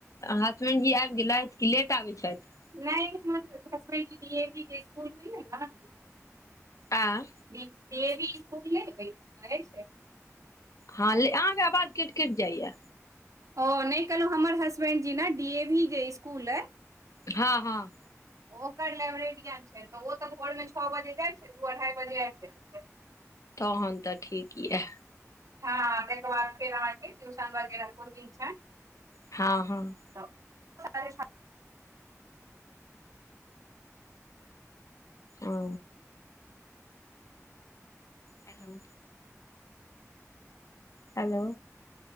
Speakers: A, on the left; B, on the right.
A: हसबेंड जी आबि गेलथि, कि लेट आबै छथि।
B: नहि हमर हसबैंड डी ए पी के इसकुल होइये ने
A: एं।
B: ई डी ए वी स्कूल नइ होइत छैक
A: हँ लेकिन अहाँ के आवाज कइट-कइट जाइये।
B: ओ नहि कहलहुॅं, हमर हसबेंड जी ने डी ए वी जे स्कूल अइ
A: हँ हँ।
B: ओकर लाइब्रेरियन छैथ, तऽ ओ तऽ भोर में छओ बजे जाइ छैथ तऽ ओ अढ़ाई बजे आबि जाइ छैथ।
A: तखन त ठीक ये।
B: हँ तकर बाद फेर अहाँके ट्यूशन वगेरह कोचिंग छैन।
A: हँ हँ।
B: तऽार <unintelligible>
A: ओ। हेलो। हेलो।